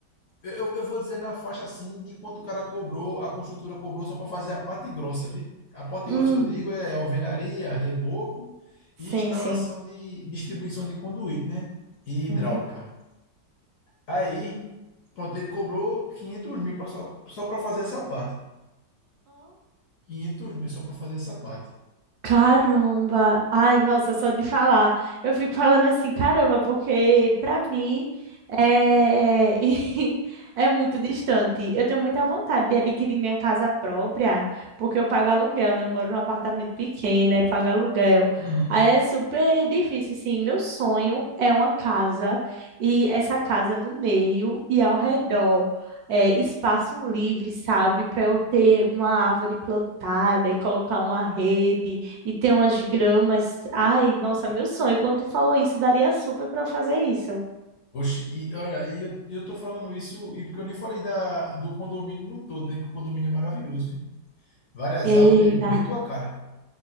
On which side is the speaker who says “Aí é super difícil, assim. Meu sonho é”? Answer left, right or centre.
Right